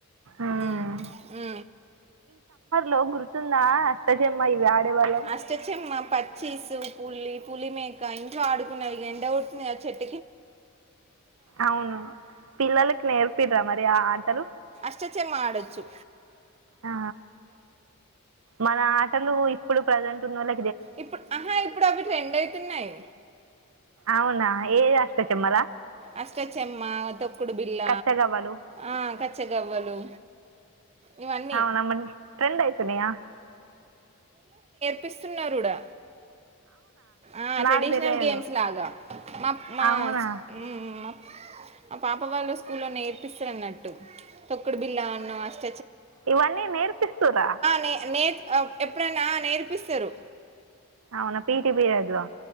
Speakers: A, on the right; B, on the right.
A: మ్మ్.
B: ఉ ఉ
A: లో గుర్తుంద అష్టచమ్మ ఇవి ఆడేవాళ్ళం
B: అష్టచమ్మ పచ్చీసు పుల్లి పులి మేక ఇంట్లో ఆడుకున్నవి ఎండ కొడుతుంది చెట్
A: అవును పిల్లలకు నేర్పిడ్రా మరి ఆ ఆటలు
B: అష్టచమ్మ ఆడచ్చు
A: ఆ మన ఆటలు ఇప్పుడు ప్రజెంట్ ఉన్నోళ్ళ
B: ఇప్పుడు ఆహా ఇప్పుడు అవి ట్రెండ్ అయితున్నాయి
A: అవునా ఏది అష్టచమ్మల
B: అష్ట చెమ్మ తొక్కుడు బిల్ల
A: కచ్చగవ్వలు
B: ఆ కచ్చగవ్వలు ఇవన్నీ
A: అవున మరి ట్రెండ్ అయితున్నాయా
B: ప్పిస్తున్నారుడా ఆ
A: నాకు
B: ట్రెడిషనల్
A: తెలియదు
B: గేమ్స్ లాగా మా మా
A: అవునా
B: ఉ ఉ మ ఆ పాప వాళ్ళు స్కూల్లో నేర్పిస్తారు అన్నట్టు తొక్కుడు బిల్లా అన్న అష్ట
A: ఇవన్నీ నేర్పిస్తుర్ర
B: నే నే ఎప్పుడన్నా నేర్పిస్తరు
A: అవునా పీఈటీ పిరియడ్లో